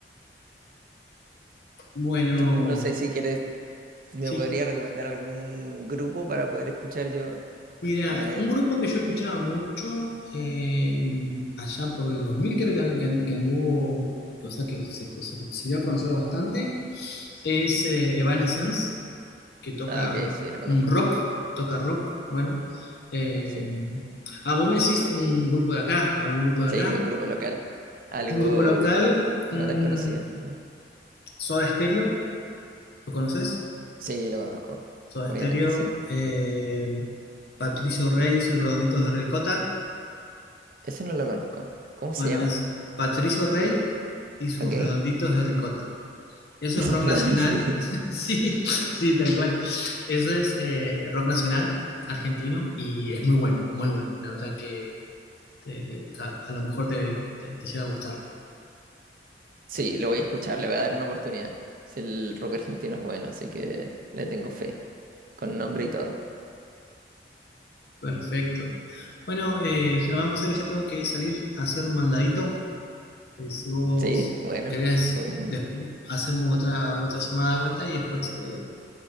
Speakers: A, on the left; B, on the right.
A: bueno,
B: Tú no sé si quieres, si
A: sí.
B: me podrías recomendar algún grupo para poder escuchar yo
A: Mira,
B: una vez.
A: un grupo que yo escuchaba mucho eh, allá por el 2000 creo que, an- que an- que anduvo, cosa que se, cosa que se dio a conocer bastante, es eh, Evanescence, que toca
B: Ah, ok, sí, lo conozco.
A: un rock, toca rock, bueno. eh,
B: Sí.
A: ah, vos me decís un grupo de acá, algún grupo de
B: Sí,
A: acá,
B: un grupo local. Algo
A: un grupo local, mm,
B: no tan conocido. Ujú.
A: Soda Stereo, ¿lo conoces?
B: Sí, lo conozco.
A: Soda
B: Obviamente,
A: Stereo,
B: sí.
A: eh, Patricio Reyes y Redonditos de Ricota.
B: Ese no lo conozco. ¿Cómo se
A: Bueno,
B: llama?
A: es Patricio Rey y sus
B: Ok.
A: redonditos
B: <laughs>
A: de ricota. Eso
B: Es
A: es rock nacional.
B: Randy.
A: <laughs> Sí, sí, tal cual. Eso es eh, rock nacional argentino y es muy bueno, muy bueno. La verdad que te- te- a a lo mejor te, te, te llega a gustar.
B: Sí, lo voy a escuchar, le voy a dar una oportunidad. Si el rock argentino es bueno, así que le tengo fe, con nombre y todo.
A: Perfecto. Bueno, eh, Germán, vos sabés que ya tengo que salir a hacer un mandadito. Eh, si vos
B: Sí, bueno,
A: querés,
B: fue un...
A: despu- hacemos otra, otra llamada de vuelta y después eh,